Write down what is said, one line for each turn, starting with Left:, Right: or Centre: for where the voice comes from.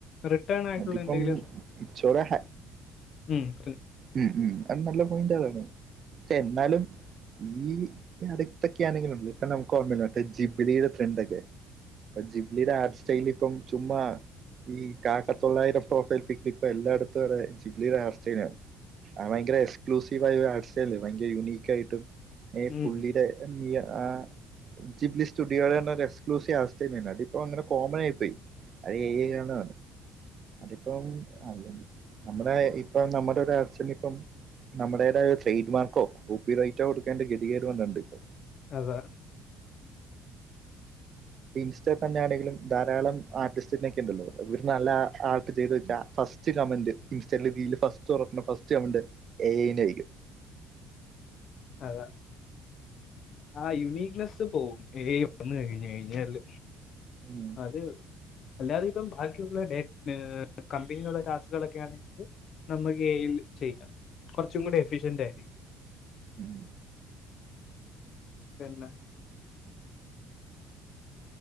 Left: റിട്ടേൺ ആയിട്ടുള്ള
Right: അതിപ്പം
Left: എന്തെങ്കിലും.
Right: ഇറ്റ്സ് ഓർ എ
Left: ഉം ഒരു
Right: ഉം ഉം അത് നല്ല പോയിന്റ് ആണ് പക്ഷെ എന്നാലും. ഈ അടുത്തൊക്കെ ആണെങ്കിലും ഇപ്പം നമുക്ക് ഓർമ്മയില്ല ജിബിലി ടെ ട്രെൻഡ് ഒക്കെ അപ്പൊ ജിബ് ലിയുടെ ആപ്പ് സ്റ്റെയിലിപ്പം ചുമ്മാ. ഈ കാക്കതൊള്ളായിരം പ്രൊഫൈൽ പിക് ഇപ്പൊ എല്ലായിടത്തും അതെ ജിബ് ലിയുടെ ആപ് സ്റ്റയിലാണ്. ആ ഭയങ്കര എക്സ്ക്ലൂസീവ് ആയ ഒരു ആർട്സ്ല് ഭയങ്കര യുണീക്ക് ആയിട്ടും ഈ പുള്ളിയുടെ.
Left: ഉം.
Right: നി ആഹ് ജിബ് ലി സ്റ്റുഡിയോ എന്നു പറ ഒരു എക്സ്ക്ലൂസീവ് ആപ്പ്സ്റ്റൈയിലാണ് അതി ഇപ്പൊ അങ്ങനെ കോമൺ ആയിപോയി അത്‌ എ ഐ ആന്ന് കാണും അതിപ്പം അല്ലെങ്കി നമ്മുടെ ഇപ്പം നമ്മുടെ ഒര് ഇപ്പം നമ്മുടേതായ ട്രേഡ്മാർക്കോ കോപ്പിറൈറ്റോ കൊടുക്കേണ്ട ഗതികേട് വന്നിട്ടുണ്ട് ഇപ്പം
Left: അതെ.
Right: ഇപ്പൊ ഇൻസ്റ്റേതന്നെ ആണെലും ധാരാളം ആർട്ടിസ്റ്റിനൊക്കെണ്ടല്ലോ ഇവർ നല്ല ആർട്ട് ചെയ്ത് വെച്ച ഫസ്. ഫസ്റ്റ് കമന്റ് ഇൻസ്റ്റേൽ റീൽ ഫസ്റ്റ് തൊറക്കുമ്പൊ ഫസ്റ്റ് കമന്റ് എ ഐ ന്റെ ആയിരിക്കും.
Left: അതേ ആ യുണീക്നെസ്സ് പോവും ഏ ഇ വന്നു കഴിഞ്ഞാല്.
Right: ഉം
Left: അതേള്ളൂ അല്ലാതെ ഇപ്പം ബാക്കിയുള്ള ഡേ കമ്പനികളുടെ ടലാസുകളൊക്കെ. നമുക്ക് ഏഇൽചെയ്യാം കുറച്ചും കൂടി എഫിഷ്യന്റ് ആയിരിക്കും.
Right: ഉം.
Left: പിന്നെ.